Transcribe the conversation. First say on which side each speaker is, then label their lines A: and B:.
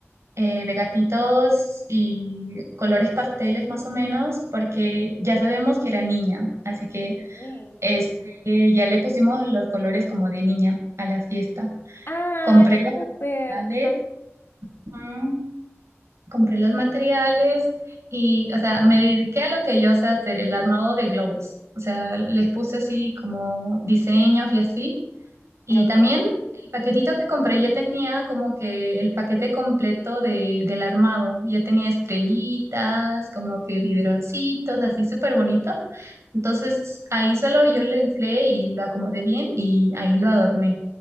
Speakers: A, on the right; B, on the left.
A: eh, de gatitos y colores pasteles más o menos, porque ya sabemos que era niña, así que...
B: Sí.
A: Este, ya le pusimos los colores como de niña a la fiesta.
B: Ay,
A: Compré los
B: súper.
A: materiales,
B: Ajá.
A: mm, compré los materiales y, o sea, me dediqué a lo que yo sé hacer, el armado de globos. O sea, les puse así como diseños y así. Y
B: Ok.
A: también el paquetito que compré ya tenía como que el paquete completo de, del armado. Ya tenía estrellitas, como que biberoncitos, así súper bonito. Entonces ahí solo yo lo inflé y lo acomodé bien y ahí lo adorné.